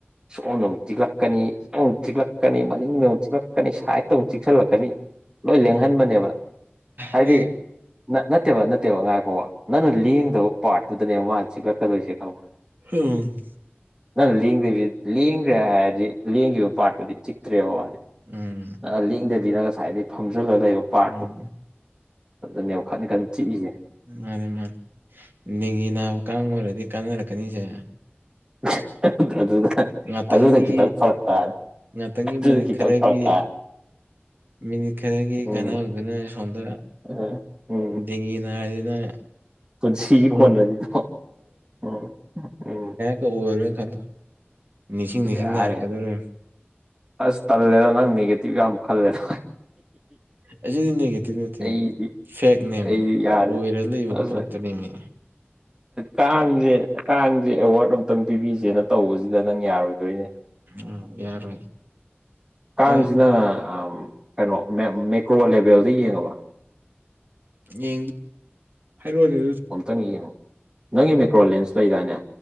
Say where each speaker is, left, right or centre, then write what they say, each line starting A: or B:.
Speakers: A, on the right; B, on the right.
A: ꯁꯣꯝꯗ ꯑꯃꯨꯛ ꯆꯤꯛꯂꯛꯀꯅꯤ ꯁꯣꯝ ꯑꯃꯨꯛ ꯆꯤꯛꯂꯛꯀꯅꯤ ꯃꯅꯤꯡꯗ ꯑꯃꯨꯛ ꯆꯤꯛꯂꯛꯀꯅꯤ ꯁꯥꯏꯗꯇ ꯑꯃꯨꯛ ꯆꯤꯛꯁꯤꯜꯂꯛꯀꯅꯤ ꯂꯣꯏ ꯂꯦꯡꯍꯟꯕꯅꯦꯕ
B: ꯑꯣ
A: ꯍꯥꯏꯗꯤ
B: ꯅꯣꯏ
A: ꯅꯠꯇꯦꯕ ꯅꯠꯇꯦꯕ ꯉꯥꯏ ꯐꯥꯎꯕ ꯅꯪꯅ ꯂꯦꯡꯗꯕ ꯄꯥꯔꯠꯇꯨꯗꯅꯦꯕ ꯃꯥꯅ ꯆꯤꯛꯂꯛꯀꯗꯣꯏꯁꯦ ꯈꯪꯕ
B: ꯎꯝ
A: ꯅꯪ ꯂꯦꯡꯗ ꯂꯦꯡꯈ꯭ꯔꯦ ꯍꯥꯏꯔꯗꯤ ꯂꯦꯡꯈꯤꯕ ꯄꯥꯠꯇꯨꯗꯤ ꯆꯤꯛꯇ꯭ꯔꯦꯕ ꯃꯥꯗꯤ
B: ꯎꯝ
A: ꯂꯦꯡꯗꯕꯤꯅ ꯉꯁꯥꯏꯗꯒꯤꯩ ꯐꯝꯖꯤꯜꯂꯒ ꯂꯩꯕ ꯄꯥꯔꯠꯇꯣ
B: ꯎꯝ
A: ꯑꯗꯨꯅꯦꯕ ꯈꯟ ꯈꯟ ꯆꯤꯛꯏꯁꯦ
B: ꯃꯥꯅꯤ ꯃꯥꯅꯤ ꯗꯦꯡꯒꯤ ꯅꯥꯕ ꯀꯥꯡ ꯑꯣꯏꯔꯗꯤ ꯀꯥꯟꯅꯔꯛꯀꯅꯤꯁꯦ
A: <unintelligible> ꯑꯗꯨꯅ
B: ꯉꯥꯛꯇꯪꯒꯤ
A: ꯑꯗꯨꯅ ꯈꯤꯇꯪ ꯐꯔꯛ ꯇꯥꯔꯦ
B: ꯉꯥꯛꯇꯪꯒꯤ
A: ꯑꯗꯨꯗꯤ
B: ꯃꯤꯅꯤꯠ
A: ꯈꯤꯇꯪ
B: ꯈꯔꯒꯤ
A: ꯐꯔꯛ ꯇꯥꯔꯦ
B: ꯃꯤꯅꯤꯠ ꯈꯔꯒꯤ
A: ꯎꯝ
B: ꯀꯥꯟꯅꯕꯗꯨꯅ ꯁꯣꯝꯗ
A: ꯎꯝ ꯎꯝ
B: ꯗꯦꯡꯒꯤ ꯅꯥꯔꯗꯤ ꯅꯪ
A: ꯄꯨꯟꯁꯤꯒꯤ
B: ꯄꯨꯡ
A: ꯀꯣꯟꯅꯅꯤꯗꯣ ꯎꯝ ꯎꯝ
B: ꯈ ꯑꯣꯏꯔꯣꯏꯅ ꯈꯟꯂꯣ ꯅꯤꯡꯁꯤꯡ ꯅꯤꯡꯁꯤꯡ
A: ꯕꯦꯔꯥꯅꯤ
B: ꯅꯥꯏꯔꯛꯀꯗꯧꯔꯔ
A: ꯑꯁ ꯇꯜꯂꯦꯗ ꯅꯪ ꯅꯦꯒꯦꯇꯤꯚ ꯌꯥꯝ ꯈꯜꯂꯦꯗ
B: ꯑꯩꯆꯗꯤ ꯅꯒꯦ ꯇꯅ ꯊ
A: ꯑꯩꯗꯤ
B: ꯐꯦꯛꯅꯦꯃꯤ
A: ꯑꯩ ꯌꯥꯔꯦ
B: ꯑꯣꯏꯔ ꯂꯩꯕ
A: ꯑꯁ
B: ꯄꯣꯠꯇꯨꯅꯦꯃꯤ
A: ꯀꯥꯡꯁꯦ ꯀꯥꯡꯁꯦ ꯑꯦꯋꯥꯔꯗ ꯑꯇꯪ ꯄꯤꯕꯤꯁꯦꯅ ꯇꯧꯕꯁꯤꯗ ꯅꯪ ꯌꯥꯔꯣꯏꯗꯣꯏꯅꯦ
B: ꯎꯝ ꯌꯥꯔꯣꯏ
A: ꯀꯥꯡꯁꯤꯅ
B: ꯑꯦ
A: ꯀꯩꯅꯣ ꯃꯦꯀ꯭ꯔꯣ ꯂꯦꯕꯦꯜꯗ ꯌꯦꯡꯉꯕ
B: ꯌꯦ ꯍ ꯋꯥꯅꯤ
A: ꯑꯝꯛꯇꯪ ꯌꯦꯡꯉꯨ ꯅꯪꯒꯤ ꯃꯦꯀ꯭ꯔꯣ ꯂꯦꯟꯁ ꯂꯩꯗꯥꯏꯅꯦ